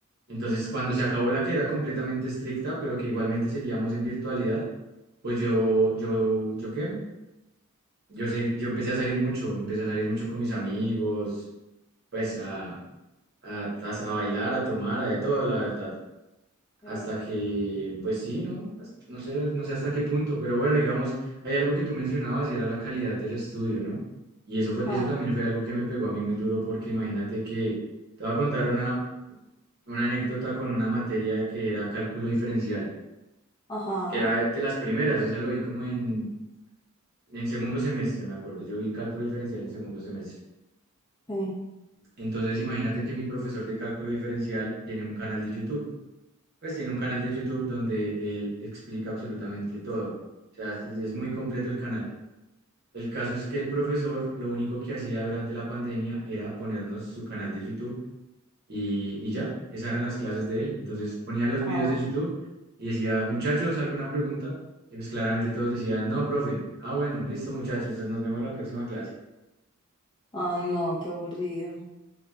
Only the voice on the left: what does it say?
Sí.
Ah,
ajá.
Sí.
Ay,
no.
Ay, no, qué aburrido.